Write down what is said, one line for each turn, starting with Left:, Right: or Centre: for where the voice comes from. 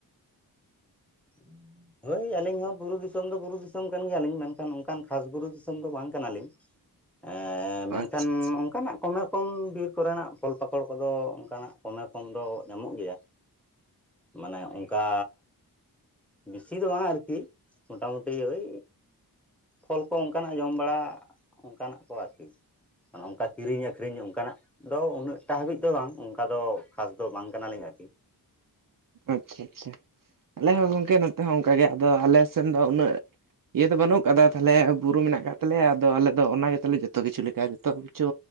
Centre: <inaudible> ᱦᱳᱭ ᱟᱞᱤᱧ ᱦᱚᱸ ᱵᱩᱨᱩ ᱫᱤᱥᱚᱢ ᱫᱚ ᱵᱩᱨᱩ ᱫᱤᱥᱚᱢ ᱠᱟᱱ ᱜᱮᱭᱟᱱᱞᱤᱧ ᱢᱮᱱᱠᱷᱟᱱ ᱚᱱᱠᱟᱱ ᱠᱷᱟᱥ ᱵᱩᱨᱩ ᱫᱤᱥᱚᱢ ᱫᱚ ᱵᱟᱝ ᱠᱟᱱᱟ ᱞᱤᱧ᱾ ᱮᱸ ᱢᱮᱱᱠᱷᱟᱱ
Right: ᱟᱪᱪᱷᱟ ᱟᱪᱪᱷᱟ
Centre: ᱚᱱᱠᱟᱱᱟᱜ ᱠᱚᱢᱮᱨ ᱠᱚᱢ ᱵᱤᱨ ᱠᱚ ᱨᱮᱱᱟᱜ ᱯᱷᱚᱞ ᱯᱟᱠᱚᱲ ᱠᱚᱫᱚ ᱚᱱᱠᱟᱱᱟᱜ ᱠᱚᱢᱮ ᱠᱚᱢ ᱫᱚ ᱧᱟᱢᱚᱜ ᱜᱮᱭᱟ᱾ ᱢᱟᱱᱮ ᱚᱝᱠᱟ᱾ ᱵᱮᱥᱤ ᱫᱚ ᱵᱟᱝ-ᱟ ᱟᱨᱠᱤ ᱢᱚᱴᱟᱢᱩᱴᱤ ᱳᱭ᱾ ᱯᱷᱚᱞ ᱠᱚ ᱚᱝᱠᱟᱱᱟᱜ ᱡᱚᱢ ᱵᱟᱲᱟ ᱚᱝᱠᱟᱱᱟᱜ ᱠᱚ ᱟᱨᱠᱤ᱾ ᱱᱚᱝᱠᱟ ᱠᱤᱨᱤᱧ ᱟᱹᱠᱷᱨᱤᱧ ᱚᱝᱠᱟᱱᱟᱜ᱾ ᱫᱚ ᱩᱱᱟᱹᱜ ᱴᱟ ᱦᱟᱵᱤᱡ ᱫᱚ ᱵᱟᱝ ᱚᱝᱠᱟ ᱫᱚ ᱠᱷᱟᱥ ᱫᱚ ᱵᱟᱝ ᱠᱟᱱᱟ ᱞᱤᱧ ᱟᱨᱠᱤ᱾
Right: ᱟᱪᱪᱷᱟ ᱟᱪᱪᱷᱟ ᱟᱞᱮ ᱦᱚᱸ ᱜᱚᱝᱠᱮ ᱱᱚᱛᱮ ᱦᱚᱸ ᱚᱝᱠᱟ ᱜᱮ ᱟᱫᱚ ᱟᱞᱮ ᱥᱮᱱ ᱫᱚ ᱩᱱᱟᱹᱜ᱾ ᱤᱭᱟᱹ ᱫᱚ ᱵᱟᱱᱩᱜ ᱠᱟᱫᱟ ᱛᱟᱞᱦᱮ ᱵᱩᱨᱩ ᱢᱮᱱᱟᱜ ᱠᱟᱜ ᱛᱟᱞᱮᱭᱟ ᱟᱫᱚ ᱟᱞᱮ ᱫᱚ ᱚᱱᱟ ᱜᱮ ᱛᱟᱞᱮ ᱡᱚᱛᱚ ᱠᱤᱪᱷᱩ ᱞᱮᱠᱟ ᱜᱮᱛᱚ᱾ ᱠᱤᱪᱷᱩ